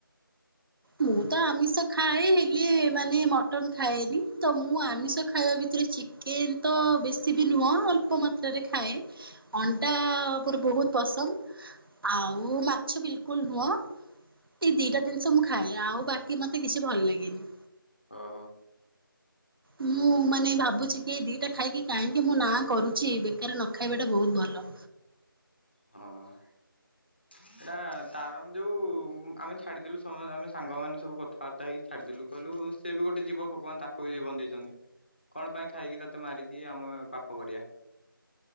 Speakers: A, on the right; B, on the left.
A: ମୁଁ ତ ଆମିଷ ଖାଏ ହେଲେ ମାନେ ମଟନ୍ ଖାଏନି ତ ମୁଁ ଆମିଷ ଖାଇବା ଭିତରେ ଚି କେନ୍ ତ ବେଶୀ ବି ନୁହଁ ଅଳ୍ପ ମାତ୍ରାରେ ଖାଏ। ଅଣ୍ଡା ପୋର ବହୁତ ପସନ୍ଦ ଆଉ ମାଛ ବିଲ୍ କୁଲ୍ ନୁହଁ। ଏଇ ଦିଟା ଜିନିଷ ମୁଁ ଖାଏ ଆଉ ବାକି ମତେ କିଛି ଭଲ ଲାଗେନି।
B: ଓହୋ।
A: ମୁଁ ମାନେ ଭାବୁଛି କି ଏ ଦିଟା ଖାଇକି କାହିଁକି ମୁଁ ନାଁ କରୁଛି ବେକାର ନ ଖାଇବା ଟା ବହୁତ ଭଲ।
B: ହଁ। ଏଇଟା ତାର ଯୋଉ ଆମେ ଛାଡ଼ିଦେଲୁ ସମ ଆମେ ସାଙ୍ଗମାନେ ସବୁ କଥାବାର୍ତ୍ତା ହେଇକି ଛାଡ଼ିଦେଲୁ କହିଲୁ ସେ ବି ଗୋଟେ ଜୀବ ଭଗବାନ ତାକୁ ବି ଜୀବନ ଦେଇଛନ୍ତି କଣ ପାଇଁ ଖାଇକି ତତେ ମାରିକି ଆମେ ପାପ କରିଆ।